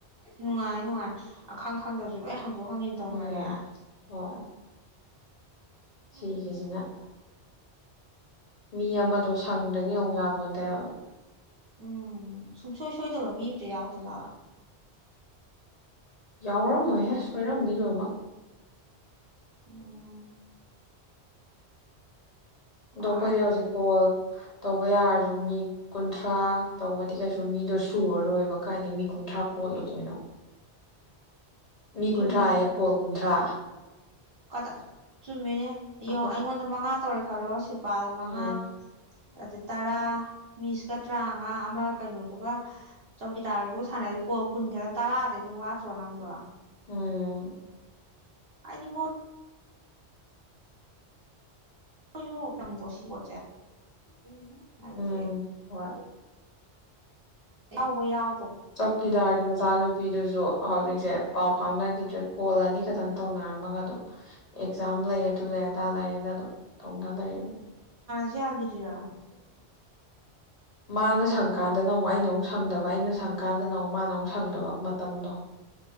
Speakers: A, on the right; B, on the left.
A: ꯅꯨꯡꯉꯥꯌꯦ ꯅꯨꯡꯉꯥꯏ ꯑꯈꯪ ꯈꯪꯗꯁꯨ ꯂꯣꯏ ꯍꯪ ꯍꯪꯗꫭꯛ ꯍꯪꯖꯤꯟ ꯇꯧꯅꯔꯦ
B: ꯎꯝ ꯑꯣ
A: ꯁꯥꯏꯅꯤꯅꯦ
B: ꯁꯤꯒꯤꯁꯤꯅ
A: ꯅꯪꯖꯨ
B: ꯃꯤ ꯑꯃꯗꯣ ꯁꯪꯗꯗꯤ ꯑꯃꯨꯛ ꯌꯥꯕꯣꯟꯗꯦꯕ
A: ꯎꯝ ꯁꯨꯡꯁꯣꯏ ꯁꯣꯏꯗꯕ ꯃꯤ ꯑ ꯑꯃꯇ ꯌꯥꯎꯗꯖꯥꯠꯂꯥ
B: ꯌꯥꯎꯔꯝꯃꯣꯏꯍꯦ ꯁꯣꯏꯔꯝꯅꯤ ꯂꯣꯏꯃꯛ
A: ꯎꯝ ꯀꯥꯏꯗꯒꯤ
B: ꯑꯗꯣ ꯑꯩꯈꯣꯏꯗꯤ ꯍꯧꯖꯤꯛ ꯀꯣꯜ ꯇꯧꯕ ꯌꯥꯔꯁꯨ ꯃꯤ ꯀꯨꯟꯊ꯭ꯔꯥ ꯇꯧꯕꯗꯤ ꯀꯩꯁꯨ ꯑꯗꫭ ꯃꯤꯗꯣ ꯁꯨꯔꯔꯣꯏꯕ ꯀꯥꯏꯗꯩ ꯃꯤ ꯀꯨꯟꯊ꯭ꯔꯥ ꯀꯣꯠꯂꯨꯗꯣꯏꯅꯣ ꯃꯤ
A: ꯆꯨꯝꯃꯦ
B: ꯀꯨꯟꯊ꯭ꯔꯥ ꯑꯌꯦ ꯀꯣꯜ ꯀꯨꯟꯊ꯭ꯔꯥ
A: ꯀꯗꯥ ꯆꯨꯝꯃꯤꯅꯦ
B: ꯑꯩꯈꯣꯏ
A: ꯌꯦꯡꯉꫭ ꯑꯩꯉꯣꯟꯗ ꯃꯉꯥ ꯇꯧꯔꯦ ꯈꯜꯂꯣ ꯁꯤꯜꯄꯥꯗ
B: ꯎꯝ
A: ꯃꯉꯥ ꯑꯗ ꯇꯔꯥ ꯃꯤꯁꯀ ꯇꯔꯥꯝꯃꯉꯥ ꯑꯃ ꯀꯩꯅꯣꯗꯨꯒ ꯆꯧꯀꯤ ꯇꯥꯔꯒꯤꯗꯨꯒ ꯁꯥꯟꯅꯔ ꯀꯣꯜ ꯀꯨꯟ ꯈꯔ ꯇꯔꯥꯗꯤ ꯑꯗꯨꯝ ꯋꯥꯠꯇ꯭ꯔꯣ ꯅꯪꯒꯤꯗꯣ
B: ꯎꯝ
A: ꯍꯥꯏꯗꯤ ꯃꯣꯏ <unintelligible> <unintelligible>
B: ꯎꯝ ꯍꯣꯏ
A: ꯌꯥꯎꯕꯣ ꯌꯥꯎ
B: ꯆꯧꯀꯤꯗꯥꯔꯒꯤ ꯃꯆꯥꯅꯨꯄꯤꯗꯨꯁꯨ ꯍꯧꯖꯤꯛꯁꯦ ꯄꯥꯎ ꯐꯥꯎꯅꯈꯤꯗ꯭ꯔꯦ ꯀꯣꯜ ꯑꯅꯤ ꯈꯇꯪ ꯇꯧꯅꯔꯝꯃꯒ ꯑꯗꯨꯝ ꯑꯦꯛꯖꯥꯝ ꯂꯩ ꯑꯗꯨ ꯂꯩ ꯑꯗꯥ ꯂꯩꯔ <unintelligible>
A: <unintelligible>
B: ꯃꯥꯅ ꯁꯪꯀꯥꯟꯗꯅ ꯑꯩꯅꯥ ꯑꯃꯨꯛ ꯁꯪꯗꯕ ꯑꯩꯅ ꯁꯪꯀꯥꯟꯗ ꯅ ꯃꯥꯃꯨꯛ ꯁꯪꯗꯕ ꯃꯇꯝꯗꯣ